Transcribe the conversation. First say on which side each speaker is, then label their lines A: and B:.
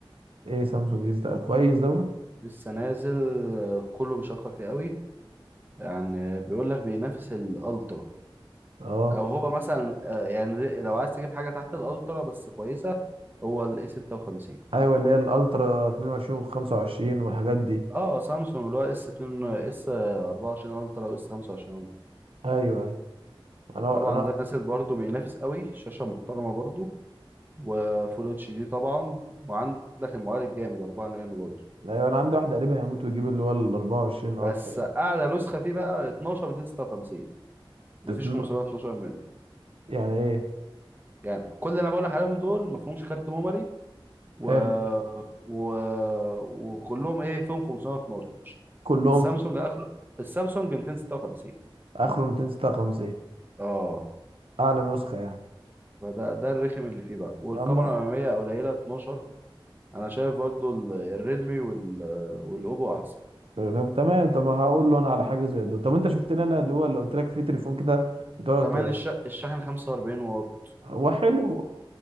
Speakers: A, on the right; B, on the right.
A: ايه سامسونج دي ده كويس ده برضو
B: لسه نازل آه، كله بيشكر فيه قوي يعني بيقول لك بينافس الالترا
A: اه
B: او هو مثلا آه، يعني لو عايز تجيب حاجه تحت الالترا بس كويسه هو الاي 56
A: ايوه اللي هي الالترا 22 و25 والحاجات دي
B: اه سامسونج اللي هو اس 2 اس 24 الترا واس 25 الترا
A: ايوه ايوه انا
B: طبعا
A: انا
B: ده نازل برضه بينافس قوي شاشه محترمه برضه وفول اتش دي طبعا وعندك المعالج الجامد 4 نانو برضه
A: ايوه انا عندي واحد قريبي هيموت ويجيب اللي هو ال 24
B: بس
A: الترا
B: اعلى نسخه فيه بقى 12 256 مفيش
A: تتن-
B: 512 منه
A: يعني ايه
B: يعني كل اللي انا بقول لك عليهم دول مفهومش كارت ميموري و...
A: حلو
B: و... وكلهم ايه فيهم 512
A: كلهم
B: السامسونج اخره السامسونج 256
A: اخره 256
B: اه
A: اعلى نسخة يعني
B: فده ده الرخم اللي فيه بقى والكاميرا
A: اما
B: الاماميه قليله 12 انا شايف برضو ال- الريدمي وال... والاوبو احسن
A: طب تمام طب ما هقول له انا على حاجة زي دول طب انت شفت لي انا اللي هو اللي قلت لك فيه تليفون كده بتقعد
B: وكمان الش... الشاحن 45 واط
A: هو حلو